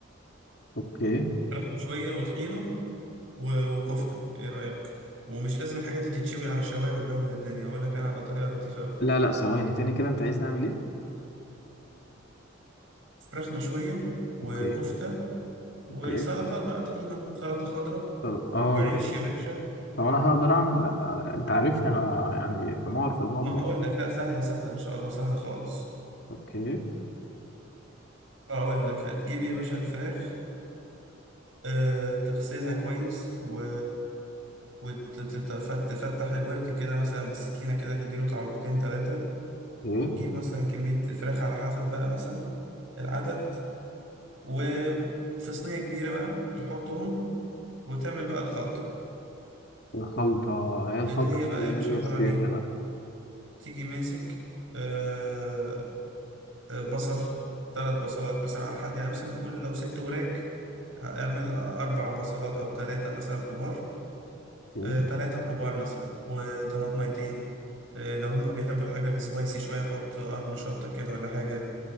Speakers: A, on the left (about 55°); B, on the right (about 75°).
A: اوكي
B: فراخ مشويه وطحينه و- وكفته ايه رايك ومش لازم الحاجات دي تتشوي على شوايه وتبهدل الدنيا اقول لك انا على طريقه لطيفه قوي
A: لا لا ثواني تاني كده انت عايز نعمل ايه
B: فراخ مشويه وكفته
A: اوكي
B: وسلطات
A: اوكي
B: بقى طحينه وسلطه خضراء
A: طب اه
B: وعيش
A: ماشي.
B: يا باشا
A: طب انا هقدر اعمل ده انت عارفني انا يعني في مار في المطبخ
B: ما هقول لك لا سهله سهله ان شاء الله سهله خالص
A: اوكي
B: اقول لك هتجيب يا باشا الفراخ آه، تغسلها كويس و وتفتح الورك كده مثلا بالسكينة كده تديله تعورتين تلاتة
A: اوكي
B: وتجيب مثلا كمية فراخ على حسب بقى مثلا العدد وفي صينية كبيرة بقى تحطهم وتعمل بقى الخلطة
A: الخلطة هي الخلطة
B: اللي هي
A: تقول
B: بقى
A: ان
B: يا باشا
A: هي
B: عبارة
A: السر
B: عن إيه
A: بقى
B: تيجي ماسك آه، آه، بصل تلات بصلات مثلا على حد يعني مثلا نقول لو ست وراك اعمل أربع بصلات أو تلاتة مثلا كبار
A: اوكي
B: آه، تلاتة كبار مثلا وطماطميتين آه، لو هما بيحبوا الحاجة السبايسي شوية حط قرن شطة كده ولا حاجة